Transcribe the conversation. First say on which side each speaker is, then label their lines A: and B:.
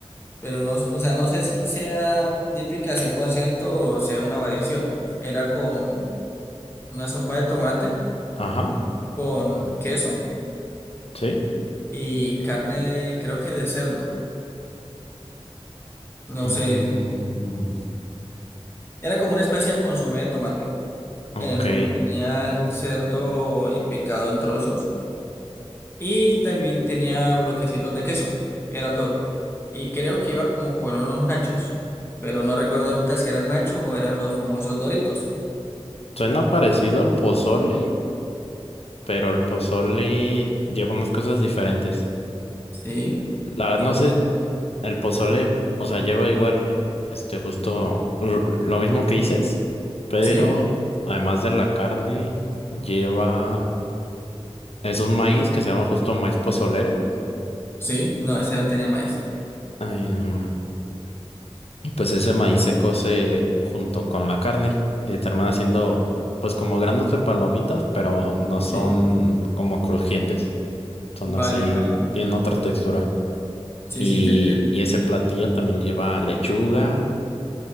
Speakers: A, on the left; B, on the left.
A: pero no, o sea, no sé si sea típica 100% o sea una variación. Era con una sopa de tomate
B: Ajá,
A: con queso
B: sí.
A: y carne, de- creo que de cerdo, no
B: Mm,
A: sé, era como una especie de consomé de tomate.
B: ok,
A: En el fondo tenía el cerdo eh, picado en trozos y también tenía bloquecitos de queso, era todo. Y creo que iba como con unos nachos, pero no recuerdo ahorita si eran nachos o eran los famosos Doritos.
B: suena parecido al pozole, pero el pozole lleva unas cosas diferentes.
A: Sí,
B: La verdad
A: como,
B: no sé, el pozole, o sea, lleva igual, este, justo l- lo mismo que dices, pero
A: sí,
B: además de la carne, lleva, es un maíz que se llama justo maíz pozolero.
A: sí, no, ese no tenía maíz.
B: em, Pues ese maíz se cose junto con la carne y se termina haciendo pues como granos de palomitas, pero no son
A: Sí,
B: como crujientes, son
A: vale,
B: así,
A: vale.
B: tienen otra textura.
A: Sí,
B: Y,
A: sí, tenía
B: y ese platillo también lleva lechuga,